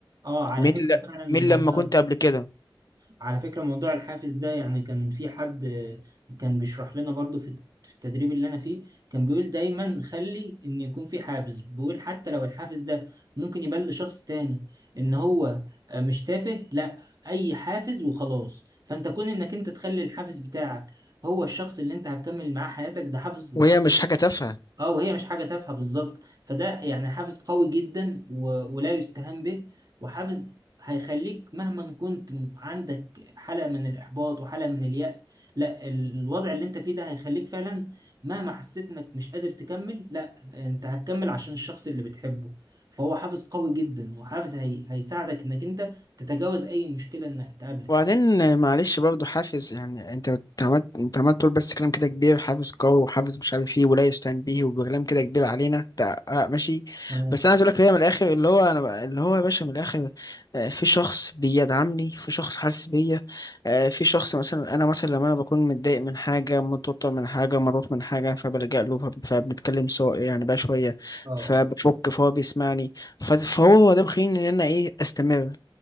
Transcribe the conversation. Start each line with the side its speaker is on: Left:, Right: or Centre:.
Right: اه على
Left: من
Right: فكرة
Left: ل-
Right: فعلا الموضوع
Left: من لما كنت قبل كده
Right: على فكرة موضوع الحافز ده يعني كان في حد آه، كان بيشرح لنا برضو في في التدريب اللي انا فيه كان بيقول دايما خلي ان يكون في حافز بيقول حتى لو الحافز ده ممكن يبان لشخص تاني ان هو آه، مش تافه لا اي حافز وخلاص فانت كون انك انت تخلي الحافز بتاعك هو الشخص اللي انت هتكمل معاه حياتك ده حافز
Left: وهي مش حاجه تافهه
Right: اه وهي مش حاجة تافهة بالظبط فده يعني حافز قوي جدا و... ولا يستهان به وحافز هيخليك مهما كنت م- عندك حالة من الإحباط وحالة من اليأس لا ال- الوضع اللي انت فيه ده هيخليك فعلا مهما حسيت انك مش قادر تكمل لا انت هتكمل عشان الشخص اللي بتحبه فهو حافز قوي جدا وحافز هي... هيساعدك انك انت تتجاوز اي مشكلة انها تقابلك
Left: وبعدين معلش برضه حافز يعني انت انت عملت انت عملت تقول بس كلام كده كبير حافز قوي وحافز مش عارف ايه ولا يستهان به وكلام كده كبير علينا انت اه ماشي
Right: تمام
Left: بس انا عايز اقول لك هي من الاخر اللي هو انا بقى- اللي هو يا باشا من الاخر اه، في شخص بيدعمني في شخص حاسس بيا اه، في شخص مثلا انا مثلا لما انا بكون متضايق من حاجه متوتر من حاجه مضغوط من حاجه فبلجأ له فب- فبنتكلم سوا يعني بقى شويه
Right: اه اه
Left: فبفك فهو بيسمعني ف- فهو ده مخليني ان انا ايه استمر